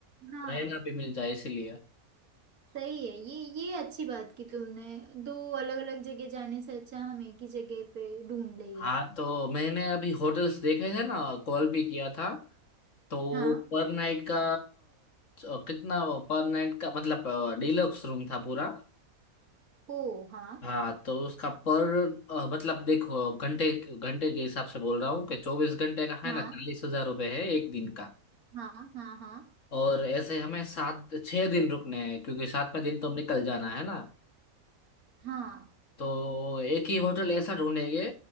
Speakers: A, on the right; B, on the left.
A: हाँ
B: अ, रहना भी मिल जाए इसलिए
A: सही है ये ये अच्छी बात की तुमने दो अलग अलग जगह जाने से अच्छा हम एक ही जगह पे ढूंढ ले ये
B: हाँ तो मैंने अभी होटल्स देखे थे ना कॉल भी किया था तो
A: हाँ
B: पर नाइट का अ, कितना पर नाइट का मतलब डिलक्स रूम था पूरा
A: ओ हाँ
B: हाँ तो उसका पर अ, मतलब देखो घंटे घंटे के हिसाब से बोल रहा हूँ कि चौबीस घंटे का है
A: हाँ
B: ना चालीस हजार रुपये है एक दिन का
A: हाँ हाँ हाँ
B: और ऐसे हमें सात छह दिन रुकने हैं क्योंकि सातवें दिन तो हम निकल जाना है ना
A: हाँ
B: तो एक ही होटल ऐसा ढूंढेंगे